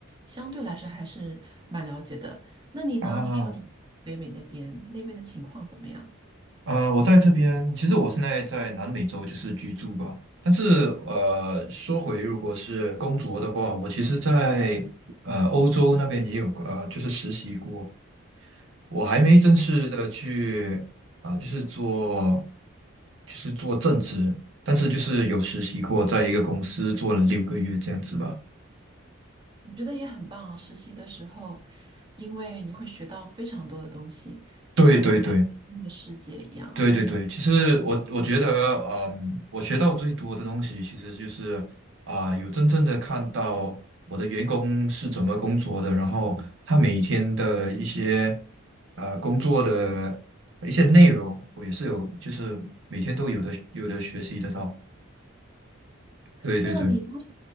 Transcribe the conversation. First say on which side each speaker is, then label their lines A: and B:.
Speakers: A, on the right; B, on the right.
A: 相对来说还是蛮了解的。那你呢？
B: 啊
A: 你说你北美那边那边的情况怎么样？
B: 呃，我在这边，其实我现在在南美洲就是居住吧。但是呃，说回如果是工作的话，我其实在呃欧洲那边也有呃，就是实习过。我还没正式的去啊、就是做就是做正职，但是就是有实习过，在一个公司做了六个月这样子吧。
A: 我觉得也很棒啊。实习的时候，因为你会学到非常多的东西，
B: 对对对。
A: 就像打开一个新的世界一样。
B: 对对对，其实我我觉得，嗯，我学到最多的东西其实就是啊、有真正的看到我的员工是怎么工作的，然后他每天的一些呃工作的一些内容，我也是有，就是每天都有的有的学习得到。对对对。
A: 那你当时